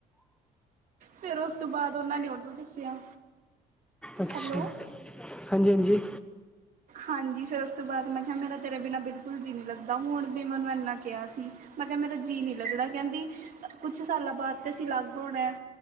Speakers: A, on the right (about 50°); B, in the centre.
A: ਫਿਰ ਉਸ ਤੋਂ ਬਾਅਦ ਉਹਨਾਂ ਨੇ ਉਹਨੂੰ ਦੱਸਿਆ।
B: ਅੱਛਾ
A: ਹੈਲੋ,
B: ਹਾਂਜੀ- ਹਾਂਜੀ।
A: ਹਾਂਜੀ, ਫਿਰ ਉਸ ਤੋਂ ਬਾਅਦ ਮੈਂ ਕਿਹਾ, ਮੇਰਾ ਤੇਰੇ ਬਿਨਾਂ ਬਿਲਕੁਲ ਜੀ ਨਹੀਂ ਲੱਗਦਾ ਹੁਣ ਵੀ ਮੈਨੂੰ ਇੰਨਾ ਕਿਹਾ ਸੀ। ਮੈਂ ਕਿਹਾ, ਮੇਰਾ ਜੀਅ ਨਹੀਂ ਲੱਗਣਾ ਕਹਿੰਦੀ, ਕੁਛ ਸਾਲਾਂ ਬਾਅਦ ਤਾਂ ਅਸੀਂ ਅਲੱਗ ਹੋਣਾ।